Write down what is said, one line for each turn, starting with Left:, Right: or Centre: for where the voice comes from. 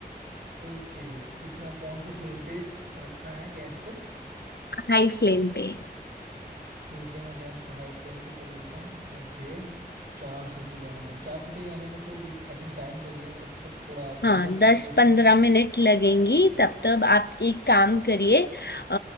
Right: ओके कितना कौन सी फ्लेम पे रखना है गैस को
Left: हाई फ्लेम पे
Right: ठीक है मैं गैस को हाई फ्लेम पे कर देता हूँ ओके चार सीटी आने चार सीटी आने में तो आई थिंक टाइम लगेगा तब तक थोड़ा आगे
Left: हाँ
Right: का प्रिपरेशन
Left: दस पंद्रह मिनट लगेंगी तब तक आप एक काम करिए अ,